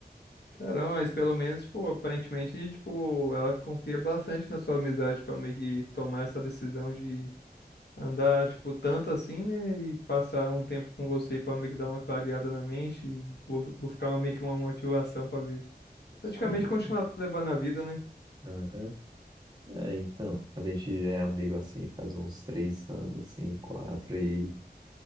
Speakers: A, on the left (about 75°); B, on the right (about 25°).
A: Caramba, mas pelo menos, tipo, aparentemente, tipo, ela confia bastante na sua amizade pra meio que tomar essa decisão de andar, tipo, tanto assim, né? E passar um tempo com você pra meio que dar uma clareada na mente, e bu- buscar uma- meio que uma motivação pra ver. Praticamente
B: Sim,
A: continuar
B: sim.
A: levando a vida, né?
B: Aham. É, então, a gente já é amigo assim, faz uns três anos, assim, quatro, e,